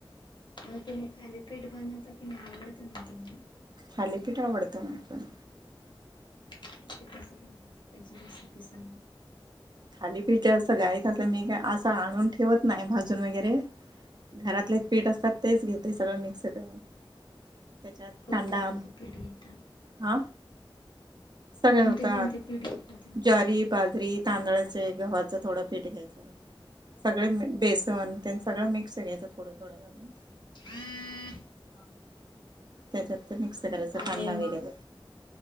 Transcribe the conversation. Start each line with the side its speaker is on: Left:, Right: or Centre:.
Left: अहो तुम्ही थालीपीठ बनवता की नाही, आवडत ना तुम्हाला
Right: थालीपीठ आवडतं मला पणं.
Left: ते कसं करायचं, त्याची रेसिपी सांगा.
Right: थालीपीठ असं घाईत असल्याव मी कायं आसं आणून ठेवत नाही भाजून वगैरे. घरातले पीठ असतात, तेच घेते सगळं मिक्स करून. त्याच्यात
Left: कोणते
Right: कांदा
Left: कोणते पीठ घेतात
Right: हा सगळं
Left: कोणते
Right: होतात
Left: कोणते पीठ घेता तुम्ही
Right: ज्वारी, बाजरी, तांदळा चं, गव्हाच थोडं पीठ घ्यायचं, सगळे बेसन तेनं सगळं मिक्स घ्यायचं थोडं थोडं करून
Left: <unintelligible>
Right: त्याच्यात ते मिक्स करायचा
Left: आणि
Right: कांदा
Left: मग
Right: वगैरे.